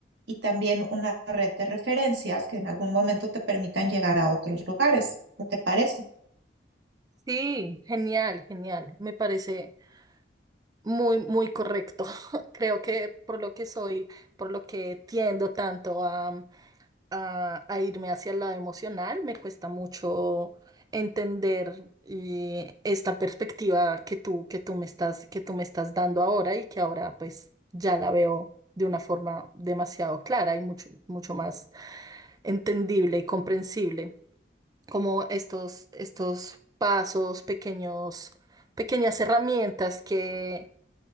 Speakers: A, on the right; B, on the right.
A: y también una red de referencias que en algún momento te permitan llegar a otros lugares. ¿Qué te parece?
B: Sí, genial, genial. Me parece muy, muy correcto. <laughs> Creo que por lo que soy, por lo que tiendo tanto a, a, a irme hacia el lado emocional, me cuesta mucho entender eh, esta perspectiva que tú, que tú me estás, que tú me estás dando ahora y que ahora pues ya la veo de una forma demasiado clara y mucho, mucho más entendible y comprensible como estos, estos pasos, pequeños, pequeñas herramientas que,